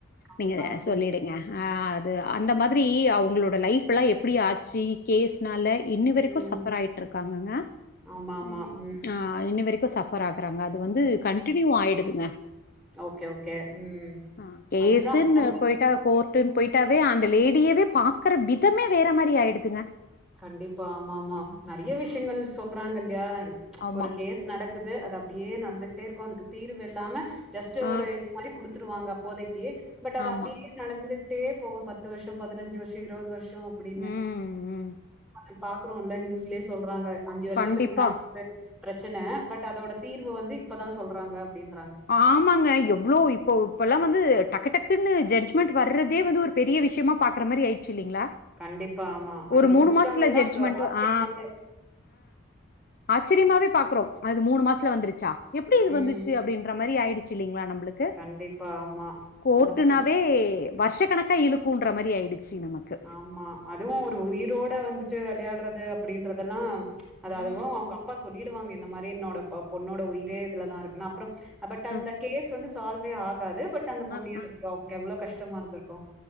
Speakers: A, in the centre; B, on the left.
A: கண்டிப்பா.
B: நீங்க சொல்லிடுங்க
A: ம்.
B: அது அந்த மாதிரி அவங்களோட லைஃப்ல்லாம் எப்டி ஆச்சு கேஸ்னால இன்னி வரைக்கு
A: ம்.
B: சஃபர் ஆயிட்டு இருக்காங்கங்க
A: ஆமாமா.
B: உம்
A: ம்.
B: ஆஹ் இன்னி சஃபர் ஆகுறாங்க அது வந்து கண்டினியூ ஆயிடுதுங்க
A: ஓகே, ஓகே. ம்.
B: ஆஹ் கேசுனு
A: அதுதான் ரொம்ப-
B: போயிட்டா கோர்ட்டு போயிட்டாவே அந்த லேடியவே பாக்குற விதமே வேற மாதிரி ஆயிடுதுங்க
A: கண்டிப்பா ஆமா ஆமா நெறைய விஷயங்கள்
B: ஆ,
A: சொல்றாங்க இல்லயா
B: ஆமா
A: ஒரு கேஸ் நடக்குது அது அப்டியே நடந்து இருக்கு அதுக்கு தீர்வு இல்லாம ஜஸ்ட்
B: ஆ,
A: ஒரு இதுமாரி குடுத்து த்துருவாங்க அப்போதைக்கு பட் அது
B: ஆமா
A: அப்டியே டே போகு பத்து வருசோ பதினஞ்சு வருசோ இருபது வருசோ ச்சம் அப்பிடின்னு
B: ம் ம்.
A: நம்ம பாக்குறோம்லல்ல நியூஸ்லயே சொல்றாங்க அஞ்சு வருஷத்துக்கு
B: கண்டிப்பா
A: முன்னா பிரச்சன பட் அதோட தீர்வு வந்து இப்பதா சொல்றாங்க அப்டின்னு
B: ஆமாங்க எவ்ளோ இப்போ இப்ப எல்லா வந்து டக்கு டக்குன்னு ஜட்மென்ட் வர்தே வந்து ஒரு பெரிய விஷயமா பாக்குற மாரி ஆயிடுச்சு இல்லிங்களா
A: கண்டிப்பா ஆமா அது
B: ஒரு மூணு
A: குடுத்துட்டாங்கன்னா
B: மாசத்துல ஜட்ஜ்மெண்ட்
A: அது ஆச்சரியமாவே
B: ஆ ஆச்சரியமாவே பாக்குறோ அது மூணு மாசத்துல வந்துருச்சா எப்டி இது
A: ம்
B: வந்துச்சு அப்டின்னு ஆயிடுச்சு இல்லிங்களா நம்ம உங்களுக்கு
A: கண்டிப்பா ஆமா
B: கோர்ட்டுனாவே
A: அந்த மாரி
B: வருஷ கணக்கா இழுக்குன்ற மாரி ஆயிடுச்சு நமக்கு.
A: ஆமா அதுவு ஒரு உயிரோட வந்து வெளையாடுறது அப்டின்றதெல்லா அது
B: ம்.
A: அதுவு அவங்க அப்பா சொல்லிடுவாங்க இந்த மாரி என்னோட பொ பொண்ணோட உயிரே இதுலதா இருக்குனு அப்றம் பட் அந்த
B: அ,
A: கேஸ் வந்து சால்வே ஆகாது பட் அந்த பொண்ணு
B: அ,
A: எறந்துருவா
B: அ.
A: அவருக்கு எவ்ள கஷ் டமா இருந்திருக்கு